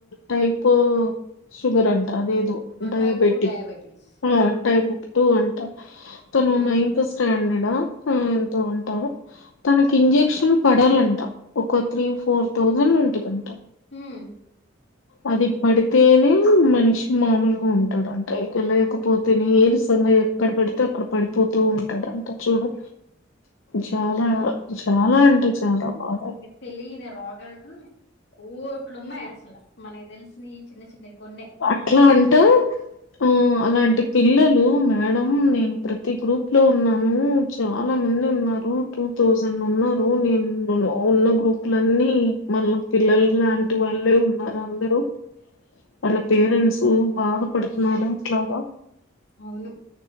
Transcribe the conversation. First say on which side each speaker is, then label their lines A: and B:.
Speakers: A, on the left; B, on the left.
A: టైపు షుగర్ అంట అదేదో diabetic
B: type two diabetes
A: type two అంట తను
B: ఉమ్
A: నైన్త్ స్టాండర్డ ఎంతో ఉంటాడు తనకి ఇంజెక్షన్ పడాలంట ఒక త్రీ ఫోర్ థౌసండ్ ఉంటదంట.
B: మ్
A: అది పడితేనే మనిషి మామూలుగా ఉంటాడంట. ఇక లేకపోతేనే ఏదో సన్నగ్ ఎక్కడ పెడితే అక్కడ పడిపోతూ ఉంటాడంట చూడు చాల చాలా అంటే చాలా బాద
B: తెలీన రోగాలు కోట్లున్నాయి అసలు మనకి తెలిసిన ఈ చిన్న చిన్న కొన్నే
A: అట్ల అంటూ ఆ అలాంటి పిల్లలు మేడం నేను ప్రతి గ్రూప్ లో ఉన్నాను చాలా మంది ఉన్నారు. టూ థౌజండ్ ఉన్నారు నేను ఉన్న గ్రూప్లన్నీ మళ్ళ పిల్లలు లాంటి వాళ్ళే ఉన్నారు అందరు వాళ్ళ పేరెంట్స్ బాధపడుతున్నారు అట్లాగ
B: అవును